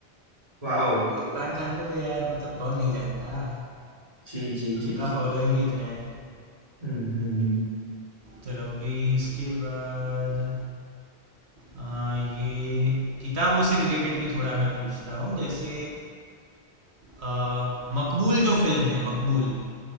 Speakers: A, on the right; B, on the right.
A: वाह
B: इरफान खान को तो यार मतलब कौन नहीं जानता
A: जी जी जी
B: उनका
A: जी
B: फॉलोइंग ही इतना है
A: हम्म हम्म
B: चलो अभी इसके बाद अ, ये किताबों से रिलेटेड भी थोड़ा मैं पूछता हूँ जैसे अ, मकबूल जो फिल्म है मकबूल